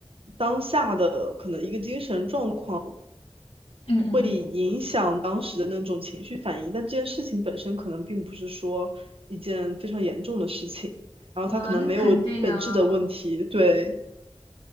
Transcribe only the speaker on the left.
嗯嗯嗯。
啊，那肯定啊，